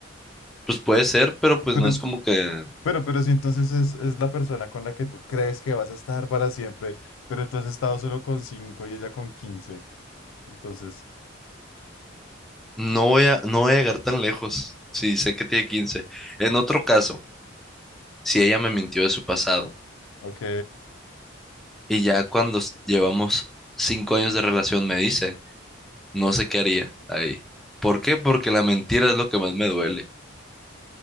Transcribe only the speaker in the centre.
pues puede ser, pero pues
no es como que
no voy a, no voy a llegar tan lejos. Sí, sé que tiene quince En otro caso, si ella me mintió de su pasado
y ya cuando s- llevamos cinco años de relación me dice. No sé qué haría ahí. ¿Por qué? Porque la mentira es lo que más me duele.